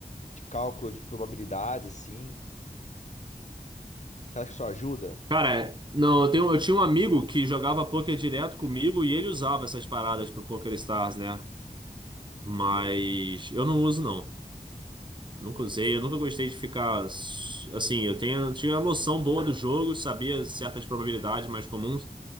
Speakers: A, on the left; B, on the right.
A: de cálculo de probabilidades, assim. Você acha que isso ajuda?
B: Cara, não, eu, tenho- eu tinha um amigo que jogava poker direto comigo e ele usava essas paradas pro Poker Stars, né? Mas eu não uso, não. Nunca usei, eu nunca gostei de ficar. s- Assim, eu tenho, tinha a noção boa do jogo, sabia certas probabilidades mais comuns.